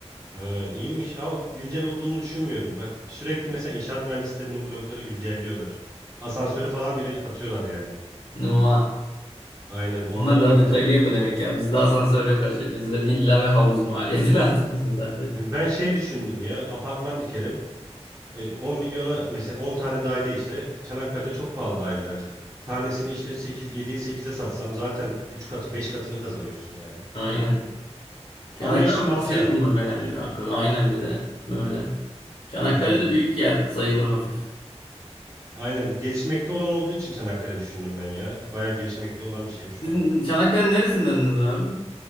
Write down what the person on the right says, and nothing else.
Ha, iyiymiş ama güncel olduğunu düşünmüyorum. Bak sürekli mesela inşaat mühendislerinin blogları güncelliyorlar. Asansörü falan bile katıyorlar yani.
Aynen onlara
baktım.
Ben şey düşündüm ya apartman dikerim. E, 10 milyona mesela 10 tane daire işte Çanakkale'de çok pahalı daireler. Tanesini işte 8 7'ye 8'e satsam zaten 3 katı 5 katını kazanıyorsun yani.
Ama işte mafya.
Aynen.
Aynen gelişmekte olan olduğu için Çanakkale düşündüm ben ya. Bayağı gelişmekte olan bir şehir şu
an.